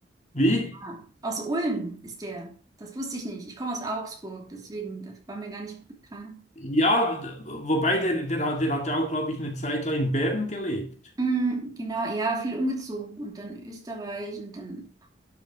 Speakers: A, on the left; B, on the right.
A: Wie?
B: So nah. Aus Ulm ist der. Das wusste ich nicht. Ich komme aus Augsburg, deswegen, das war mir gar nicht bekannt.
A: Ja, d- wobei der, der, hat- der hat ja auch, glaube ich, eine Zeit lang in Bern gelebt.
B: Mm, genau, ja, viel umgezogen und dann Österreich und dann